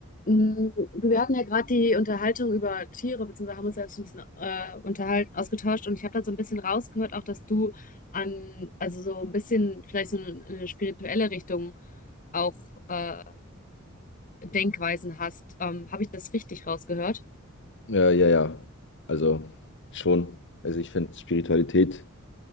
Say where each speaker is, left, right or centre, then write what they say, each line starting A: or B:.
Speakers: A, on the left; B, on the left.
A: Mm, Du, wir hatten ja gerade die Unterhaltung über Tiere, beziehungsweise haben uns ja so ein bisschen äh, unterhalten, ausgetauscht und ich habe da so ein bisschen rausgehört, auch dass du an, also so ein bisschen vielleicht so eine, eine spirituelle Richtung auch äh, Denkweisen hast. Ähm, habe ich das richtig rausgehört?
B: Ja, ja, ja. Also schon. Also ich finde Spiritualität,